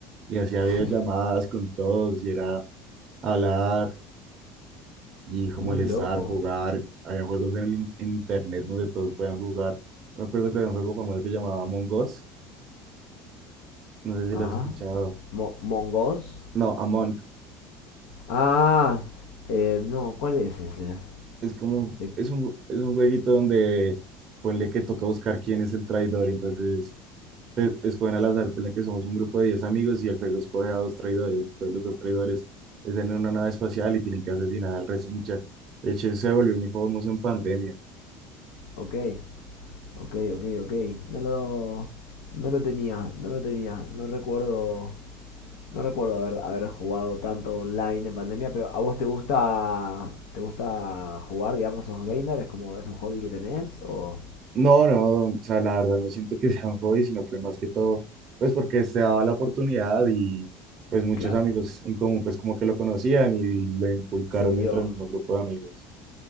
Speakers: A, on the right (about 30°); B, on the left (about 70°).
A: y hacía videollamadas
B: <laughs> Sí,
A: con todos y era hablar y como
B: muy
A: molestar,
B: loco.
A: jugar, había juegos en el in- en internet donde todos podían jugar. Me acuerdo que había un juego famoso que llamaba Among Us, no sé si
B: Ajá.
A: lo has escuchado.
B: Mo- Mongos.
A: No, Among,
B: Ah, eh, no, ¿cuál es ese?
A: es como,
B: De-
A: es un, es un jueguito donde ponle que toca buscar quién es el traidor, entonces eh, escogen al azar, por la que somos un grupo de 10 amigos y el juego escoge a dos traidores. Entonces los dos traidores están en una nave espacial y tienen que asesinar al resto. Mucha... De hecho, se volvió muy famoso en pandemia.
B: ok, ok, ok, ok. No lo, no lo tenía, no lo tenía. No recuerdo, no recuerdo haber, haber jugado tanto online en pandemia, pero ¿a vos te gusta, te gusta jugar, digamos, sos gamer? ¿Es como, es un hobby que tenés? O,
A: No, no, o sea, la verdad no siento que sea un hobby, sino fue más que todo, pues porque se daba la oportunidad y pues muchos
B: claro,
A: amigos en común pues como que lo conocían y lo inculcaron
B: se dio.
A: dentro del mismo grupo de amigos.